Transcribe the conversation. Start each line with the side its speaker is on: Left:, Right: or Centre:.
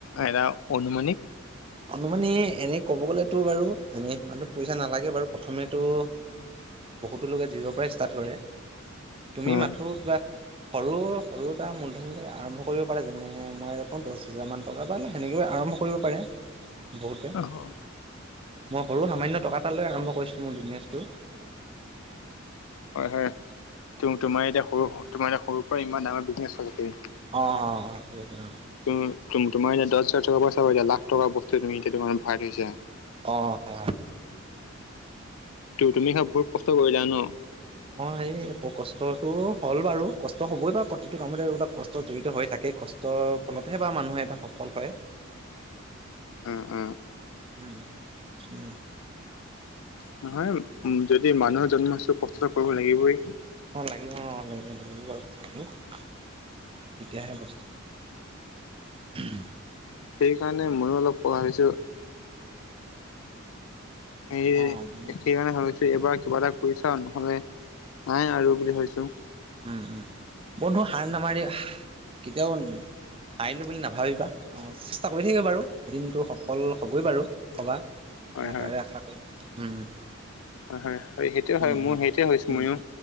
Left: এৰা অনুমানিক
Right: অনুমানি এনেই ক'ব গ'লেতো বাৰু এনেই সিমানটো পইচা নালাগে বাৰু প্ৰথমেতো বহুতো লোকে জিৰৰ পৰাই ষ্টাৰ্ট কৰে। তুমি
Left: উম
Right: মাথো কিবা সৰু-সৰু এটা মূলধন আৰম্ভ কৰিব পাৰা, যেনে মই অ', দশ হেজাৰমান টকা বা সেনেকৈয়ো আৰম্ভ কৰিব পাৰে, বহুতে।
Left: হয়
Right: মই সৰু সামান্য টকা এটালৈ আৰম্ভ কৰিছোঁ মোৰ বিজনেছটো।
Left: হয়-হয়, তো-তোমাৰ এতিয়া সৰু তোমাৰ এয়া সৰুৰ পৰা ইমান ডাঙৰ বিজনেছ <unintelligible>
Right: অ', অ', অ', হব দিয়া অ'।
Left: তো তোম-তোমাৰ এতিয়া দশ হাজাৰ টকাৰ পৰা চাবা এতিয়া লাখ টকা বস্তু তুমি এতিয়া দোকানত ভৰাই থৈছা।
Right: অ', হয়।
Left: ত তুমি <inaudible> বহুত কষ্ট কৰিলা ন।
Right: অ', এই কষ্টটো হ'ল বাৰু কষ্ট হ'বই বাৰু প্ৰতিটো কামতে এই বিলাক কষ্ট জড়িত হৈ থাকেই, কষ্ট টৰ ফলতহে বা মানুহ এটা সফল হয়।
Left: অ', অ'।
Right: ওম ওম
Left: নহয় যদি মানুহ হৈ জন্ম হৈছো কষ্টতো কৰিব লাগিবই।
Right: অ', লাগিব অ', লাগিব-লাগিব আৰু কষ্টতো। তেতিয়াহে বস্তু <unintelligible>
Left: সেইকাৰণে ময়ো অলপ পঢ়া হৈছো। সে
Right: অ উম
Left: একে মানে ভাবিছো এইবাৰ কিবা এটা কৰিছাও, নহলে নাই আৰু বুলি ভাবিছোং।
Right: উম, উম, বন্ধু হাৰ নামাৰি <inaudible> কেতিয়াও সাৰিলো বুলি নাভাবিবা। অ', চেষ্টা কৰি থাকিবা বাৰু, এদিনটো সফল হ'বই বাৰু হবা।
Left: হয়
Right: মই তাৰে আশা কৰিম, উম।
Left: হয়-হয়-হয়, সেইটোৱে
Right: উম
Left: হয় মোৰ
Right: উম
Left: সেইটোৱে হৈছো
Right: উম
Left: ময়ো